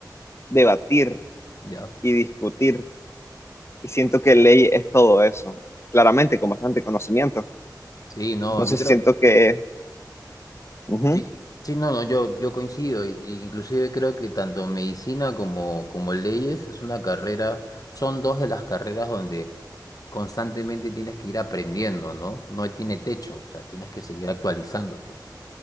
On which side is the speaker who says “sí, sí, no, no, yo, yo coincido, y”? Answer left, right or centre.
Left